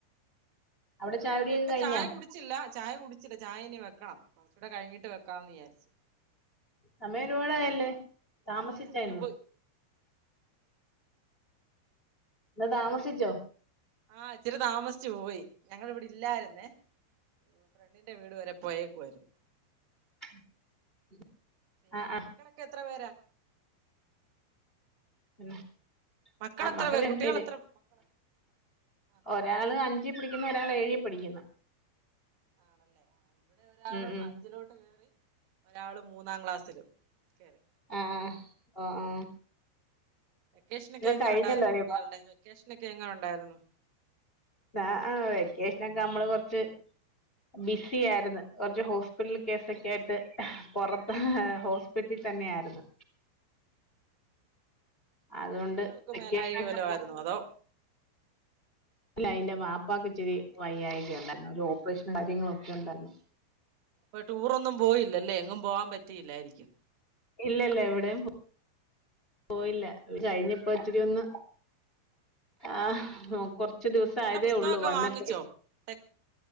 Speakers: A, on the left; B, on the right.
A: അവിടെ ചായകുടിയൊക്കെ
B: ഇല്ല ഇവിടെ
A: കഴിഞ്ഞാ
B: ചായ കുടിച്ചില്ല ചായ കുടിച്ചില്ല ചായ ഇനി വെക്കണം കൊറച്ചൂടെ കഴിഞ്ഞിട്ട് വെക്കാമെന്ന് വിചാരിച്ച്
A: സമയം ഒരുപാടായല്ലേ, താമസിച്ചായിരുന്നൊ
B: ആഹ് സമയം പോയി
A: ന്ന് താമസിച്ചോ?
B: ആഹ് ഇച്ചിരി താമസിച്ചു പോയി ഞങ്ങളിവിടെ ഇല്ലായിരുന്നേ ഫ്രണ്ടിന്റെ വീട് വരെ പോയേക്കുവായിരുന്നു
A: <unintelligible>
B: പിന്നെ
A: ആ ആ
B: മക്കളൊക്കെ എത്ര പേരാ?
A: പിന്നെ
B: മക്കൾ
A: ആ
B: എത്ര
A: മക്കള്
B: പേ
A: രണ്ട്
B: കുട്ടികൾ
A: പേര്
B: എത്ര മക്കള് ആഹ്
A: ഒരാള് അഞ്ചി പടിക്കുന്നു ഒരാള് ഏഴി പടിക്കുന്നു
B: ആണല്ലേ ആഹ് ഇവിടെ ഒരാളും
A: ഉം ഉം
B: അഞ്ചിലോട്ട് കേറി ഒരാള് മൂന്നാം ക്ലാസ്സിലും കേറി
A: ആഹ് ഓ ഓ
B: വെക്കേഷനൊക്കെ എങ്ങനെ
A: കഴിഞ്ഞല്ലോ
B: ഉണ്ടായിരുന്നു
A: ഇനിയിപ്പോ
B: കുട്ടികളുടെ വെക്കേഷനൊക്കെ എങ്ങനെ ഉണ്ടായിരുന്നു
A: ആഹ് വെക്കേഷനൊക്കെ നമ്മള് കൊറച്ച് ബിസി
B: ഉം
A: ആയിരുന്നു കുറച്ച് ഹോസ്പിറ്റൽ
B: ആഹ്
A: കേസൊക്കെ ആയിട്ട് പുറത്ത്
B: ഓ അത് ശരി
A: ഹോസ്പിറ്റൽ
B: ആണല്ലേ
A: തന്നെ ആരുന്നു
B: അതെന്നാ
A: അതുകൊണ്ട്
B: കുട്ടികൾക്ക്
A: വെക്കേഷനൊക്കെ
B: മേലാഴിക വല്ലോ ആയിരുന്നോ അതോ
A: അല്ല എന്റെ വാപ്പാക്ക്‌ ഇച്ചിരി വയ്യാഴിക ഉണ്ടാരുന്നു ഒരു ഓപ്പറേഷൻ കാര്യങ്ങളൊക്കെ ഒണ്ടായിരുന്നു
B: അപ്പൊ ടൂറൊന്നും പോയില്ലല്ലേ എങ്ങും പോവാൻ പറ്റിയില്ലായിരിക്കും
A: ഇല്ല ഇല്ല എവിടെയും പോ പോയില്ല ഇത് കഴിഞ്ഞ് ഇപ്പോ ഇച്ചിരി ഒന്ന് ആഹ് കൊറ ച്ച് ദിവസം
B: കുട്ടികളുടെ
A: ആയതേ
B: പുസ്തകമൊക്കെ
A: ഒള്ളൂ വന്നിട്ടേ
B: വാങ്ങിച്ചോ ടെക്